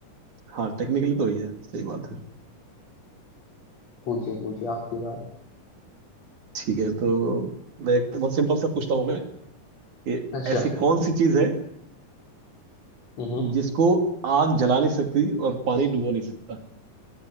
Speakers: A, on the right; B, on the left.
A: हाँ टेक्निकली तो ही है सही बात है
B: पूछिए पूछिए आपकी बारी
A: ठीक है तो मैं एक बहुत सिंपल सा पूछता हूँ मैं कि
B: अच्छा
A: ऐसी कौन सी चीज है
B: हम्म
A: जिसको आग जला नहीं सकती और पानी डुबो नहीं सकता